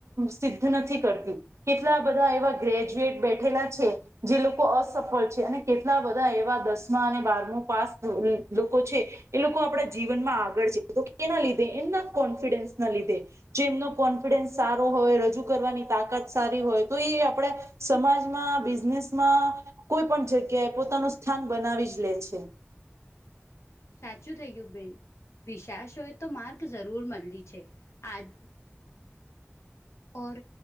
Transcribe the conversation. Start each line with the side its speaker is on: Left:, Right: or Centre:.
Right: સિદ્ધ નથી કરતી. કેટલા બધા એવા ગ્રેજ્યુએટ બેઠેલા છે જે લોક લોકો અસફળ છે અને કેટલા બધા એવા દસમા અને બારમું પાસ લોકો છે એ લોકો આપણા જીવનમાં આગળ છે, તો એના લીધે એમના કોન્ફિડન્સ ના લીધે જે એમનો કોન્ફિડન્સ સારો હોય રજૂ કરવાની તાકાત સારી હોય તો એ આપણેે સમાજમાં બિઝનેસમાં કોઈ પણ જગ્યા એ પોતાનું સ્થાન બનાવી જ લે છે.
Left: સાચું થઇ ગયું બેન. વિશાસ હોય તો માર્ગ જરૂર મળી છે આજ ઓર